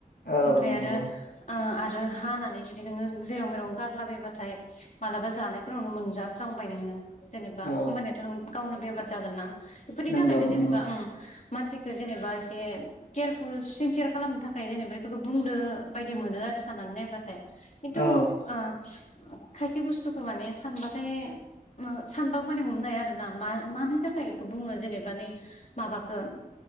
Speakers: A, on the left; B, on the left.
A: औ
B: ओमफ्राय
A: नंगौ
B: आरो ओ ओ हानानै जुदि नोङो जेराव मेराव गारलाबायबाथाय मालाबा जानायफोरावनो मोनजाफ्लांबाय नोङो जेनेबा
A: औ
B: होमबानियाथ' नों गावनो बेमार जागोन ना बेफोरनि
A: नंगौ
B: थाखायनो जेनेबा
A: नंगौ
B: ओं मानसिखो जेनेबा एसे केयारफुल सिनसियार खालामनो थाखाय जेनेबा बेफोरखौ बुंदो बायदि मोनो आरो साननानै नायबाथाय। खिन्थु
A: औ
B: ओ खायसे बुस्थुखौ माने सानबाथाय सानबाबो माने हमनो हाया आरो ना मा मानि थाखाय बेखौ बुङो जेनेबा नै माबाखौ